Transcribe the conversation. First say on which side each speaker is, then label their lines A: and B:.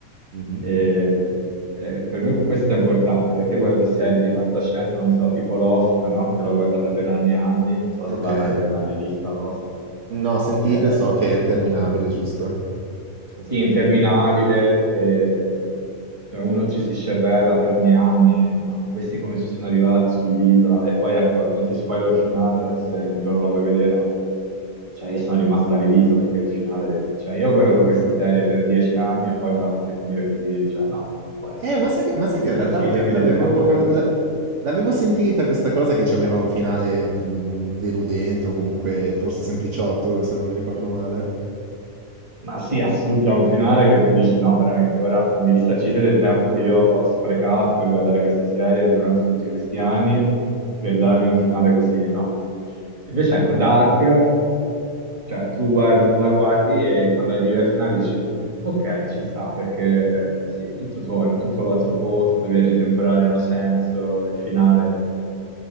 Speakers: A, on the right (about 65°); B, on the right (about 25°).
A: mhm,
B: E, e per me questo è importante perché io guardo serie di fantascienza, non so, tipo Lost, no? Che l'ho guardata per anni e anni, non so
A: ok.
B: se l'ha- l'hai mai vista Lost.
A: No, sentite,
B: Eh,
A: so che è interminabile, giusto?
B: sì, interminabile, e, cioè, uno ci si scervella per anni e anni, ma questi come ci sono arrivati sull'isola? E poi ecco, non ti spoiler il finale se un giorno la vuoi vedere, ma cioè, io sono rimasto allibito perché il finale, cioè io ho guardato questa serie per dieci anni e poi me la fate finire così, cioè no, può essere.
A: Eh, ma sai che ma sai
B: Risarcitemi
A: che in realtà l'ave l'avevo
B: del tempo perduto.
A: l'a l'avevo sentita questa cosa che c'aveva un finale, mhmm, deludente o comunque forse sempliciotto, se non mi ricordo male.
B: Ma sì, assurdo, c'è un finale che tu dici, no, veramente, ora mi risarcite del tempo che io ho sprecato per guardare questa serie durante tutti questi anni, per darmi un finale così, no. Invece, ecco, Dark, cioè, tu guardi- la guardi e quando arrivi al finale dici, ok, ci sta, perché eh, sì, tutto torna, tutto va al suo posto, i viaggi temporali hanno senso, il finale